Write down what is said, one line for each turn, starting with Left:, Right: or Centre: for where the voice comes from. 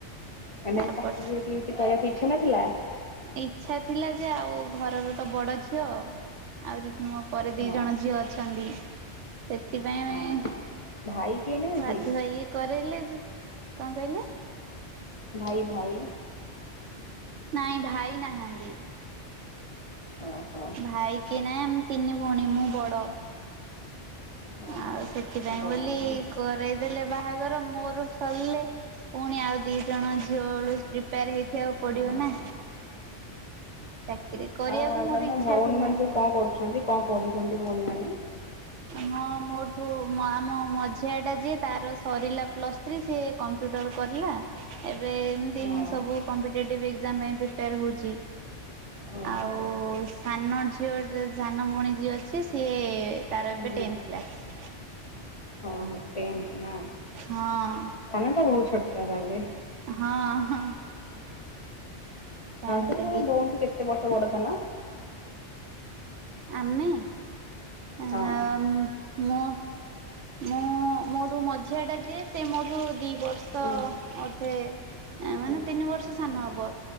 Left: ମାନେ
Right: ତାପର
Left: ଚାକିରି ବାକିରି କିଛି କରିବାକୁ ଇଚ୍ଛା ନଥିଲା?
Right: ଇଚ୍ଛା ଥିଲା ଯେ ଆଉ ଘରର ତ ବଡ ଝିଅ ଆହୁରି ମୋ ପରେ ଦି
Left: ହଁ
Right: ଜଣ ଝିଅ ଅଛନ୍ତି ସେଥିପାଇଁ
Left: ହଁ। ଭାଇ କେହି ନାହାନ୍ତି?
Right: ବାଧ୍ୟ ହେଇକି କରେଇଲେ ଯେ, କଣ କହିଲେ?
Left: ଭାଇ ଭାଇ।
Right: ନାଇଁ ଭାଇ ନାହାନ୍ତି।
Left: ଓହୋ।
Right: ଭାଇ କେହି ନାହିଁ ଆମେ ତିନି ଭଉଣୀ ମୁଁ ବଡ।
Left: ହଁ
Right: ଆଉ ସେଥିପାଇଁ
Left: ବରା
Right: ବୋଲି
Left: ନା
Right: କରେଇଦେଲେ ବାହାଘର ମୋର ସରିଲେ ପୁଣି ଆଉ ଦି ଜଣ ଝିଅବେଳୁ ପ୍ରିପେୟାର ହେଇଥିବାକୁ ପଡିବ
Left: ହଁ
Right: ନା। ଚାକିରି କରିବାକୁ
Left: ହ
Right: ମୋର
Left: ତମ
Right: ଇଚ୍ଛା
Left: ଭଉଣୀମାନେ
Right: ଥିଲା ହିଁ।
Left: ସବୁ କଣ କରୁଛନ୍ତି କଣ ପଢୁଛନ୍ତି ଭଉଣୀ ମାନେ?
Right: ହଁ ମୋଠୁ ଆମ ମଝିଆ ଟା ଯିଏ ତାର ସରିଲା ପ୍ଲସ୍ ଥ୍ରୀ, ସିଏ କମ୍ପ୍ୟୁଟର କରିଲା। ଏବେ ଏମତି
Left: ହଁ
Right: ହିଁ ସବୁ କମ୍ପିଟେଟିଭ୍ ଏକ୍ଜାମ୍ ପାଇଁ ପ୍ରିପେୟାର ହଉଚି।
Left: ଓହୋ
Right: ଆଉ ସାନ ଝିଅ ଯେ ସାନ ଭଉଣୀ ଯିଏ ଅଛି ସିଏ ତାର
Left: ହଁ
Right: ଏବେ ଟେନ୍ଥ କ୍ଲାସ୍।
Left: ଓହୋ ଟେନ୍ଥ ନା?
Right: ହଁ।
Left: ସାନଟା ବହୁତ୍ ଛୋଟଟା ତାହେଲେ?
Right: ହଁ-ହଁ। ସାନଟେ
Left: ତୁମେ ତମ
Right: ହେଇଛି
Left: ଭଉଣୀଠୁ କେତେ ବର୍ଷ ବଡ ସାନ?
Right: ଆମେ ଆଉ
Left: ହଁ
Right: ମୁଁ ମୁଁ ମୋଠୁ ମଝିଆଟା ଯିଏ ସେ ମୋଠୁ ଦୁଇ ବର୍ଷ
Left: ହଁ
Right: ଅଧେ ମାନେ
Left: ହଁ
Right: ତିନି ବର୍ଷ
Left: ଓହୋ
Right: ସାନ ହବ।